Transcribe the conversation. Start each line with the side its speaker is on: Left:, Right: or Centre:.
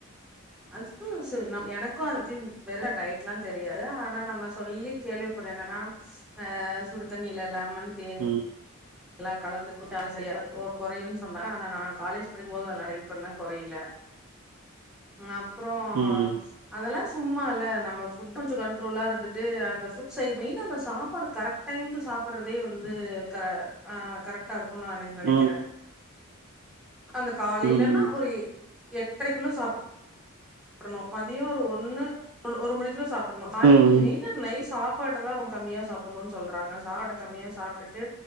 Centre: அதுதான் சார் எனக்கு <unintelligible> டயட்லாம் தெரியாது ஆனா நம்ம சொல்லி கேள்விப்படுறது என்னன்னா அஹ் சுடு தண்ணிலல்லா மன் தேன்
Right: ம்.
Centre: எல்லாம் கலந்து கூ ஆசா ஓ குறையுன் சொன்னா ஆனா நா காலேஜ் படிக்கும்போது அத நெறைய பண்ண குறைல அஹ் அப்றம்
Right: ம்.
Centre: அதெல்லா சும்மா இல்லை நம்ம ஃபுட் கொஞ்சம் கண்ட்ரோலாக இருந்துட்டு அந்த ஃபுட் செய்ய மெயின் அந்த சாப்பாடு கரெக்ட் டைமுக்கு சாப்பிட்றதே வந்து க ஆஹ் கரெக்டா இருக்கு நான் ந நினைக்கிறேன்
Right: ம்.
Centre: அந்த காலையிலன்னா
Right: ம். ம்.
Centre: ஒரு எட்டரைக்குள்ளோ சாப்ட் றணும் மதியம் ஒரு ஒன்னு ஒரு மணிக்குல சாப் சாய்ந்
Right: ம். ம்.
Centre: மெயினா நைட் சாப் சாப்பாட்டை தான் ரொம்ப கம்மியா சாப்பிடணும்னு சொல்றாங்க சாப்பட்ட கம்மியா சாப்ட்டுட்டு